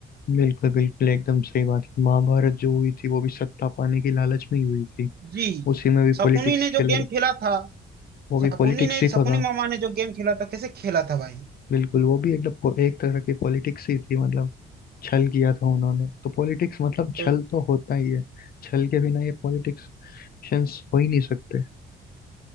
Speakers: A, on the left (about 50°); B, on the right (about 50°).
A: बिल्कुल बिल्कुल एकदम सही बात महाभारत जो हुई थी वो भी सत्ता पाने की लालच में ही हुई थी
B: जी
A: उसी में भी
B: शकुनी
A: पॉलिटिक्स
B: ने
A: खेला
B: जो गेम
A: गया
B: खेला था
A: वो भी
B: शकुनी
A: पॉलिटिक्स
B: ने
A: ही तो
B: शकुनी
A: था
B: मामा ने जो गेम खेला था कैसे खेला था भाई
A: बिल्कुल वो भी एकदम पो- एक तरह की पॉलिटिक्स ही थी मतलब छल किया था उन्होंने तो पॉलिटिक्स मतलब छल
B: तो
A: तो होता ही है छल के बिना ये पॉलिटिक्स हो ही नहीं सकते